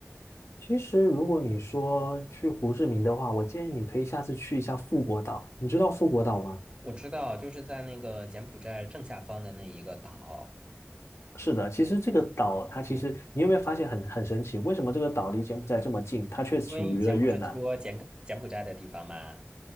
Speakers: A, on the left; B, on the right.
A: 其实，如果你说去胡志明的话，我建议你可以下次去一下富国岛。你知道富国岛吗？
B: 我知道，就是在那个柬埔寨正下方的那一个岛，
A: 是的，其实这个岛它其实你有没有发现很很神奇？为什么这个岛离柬埔寨这么近，它却属于了越南？
B: 因为以前不是说柬柬埔寨的地方吗？